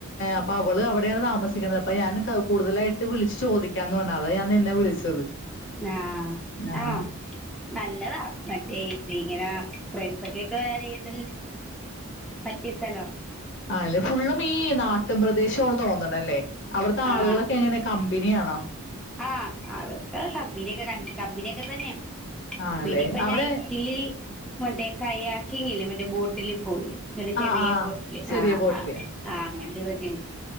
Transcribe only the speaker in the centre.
ആഹ്
ആഹ് നല്ലതാ മറ്റേ ഇത് ഇങ്ങന ഫ്രണ്ട്സ ഒക്കെ ഇട്ട് വരാനായിട്ട് പറ്റിയ സ്ഥലവാ
ആഹ്
ആഹ് ആളൊക്കെ കബിനിയൊക്കെ ക കബിനിയൊക്കെ തന്നെയാ
പിന്ന ഇപ്പൊ
നൈറ്റില് മറ്റേ കൈ ആക്കിങ്ങില്ലേ മറ്റേ ബോട്ടില് പോഉലെ വലിയ
ചെറിയ
ബോട്ടില്
ആഹ്
ആഹ് ആഹ് അങ്ങനത്തെ ഇതൊക്കെണ്ട്